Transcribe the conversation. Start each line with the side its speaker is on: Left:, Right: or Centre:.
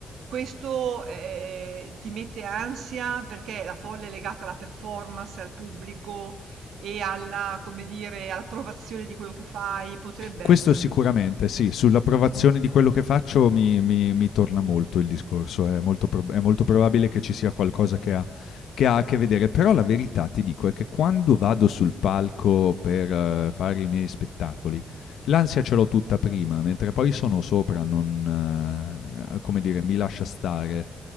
Right: Questo, ehm, ti mette ansia perché la folla è legata alla performance, al pubblico e alla come dire, all'approvazione di quello che fai, potrebbe
Left: Questo
Right: essere.
Left: sicuramente, sì, sull'approvazione di quello che faccio mi, mi- mi torna molto il discorso, è molto, prob- è molto probabile che ci sia qualcosa che ha, che ha a che vedere, però la verità ti dico è che quando vado sul palco per eh, fare i miei spettacoli, l'ansia ce l'ho tutta prima, mentre poi sono sopra, non, eh,
Right: Mh.
Left: come dire, mi lascia stare.